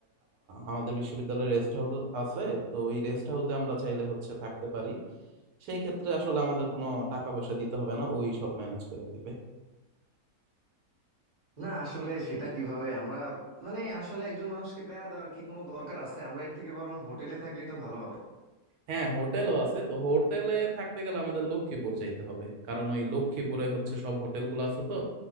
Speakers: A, on the right (about 80°); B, on the right (about 35°).
A: আমাদের বিশ্ববিদ্যালয়ে রেস্ট হাউস আছে তো ওই রেস্ট হাউসে আমরা চাইলে হচ্ছে থাকতে পারি সেই ক্ষেত্রে আসলে আমাদের কোনো টাকা পয়সা দিতে হবে না ওই সব ম্যানেজ করে দিবে
B: না আসলে সেটা কিভাবে আমরা মানে আসলে একজন মানুষকে প্যারা দেওয়ার কি কোনো দরকার আছে আমরা এর থেকে বরং হোটেলে থাকলেই তো ভালো হবে
A: হ্যাঁ হোটেলও আছে তো হোটেলে থাকতে গেলে আমাদের লক্ষ্মীপুর যাইতে হবে কারণ ওই লক্ষ্মীপুরে হচ্ছে সব হোটেলগুলো আছে তো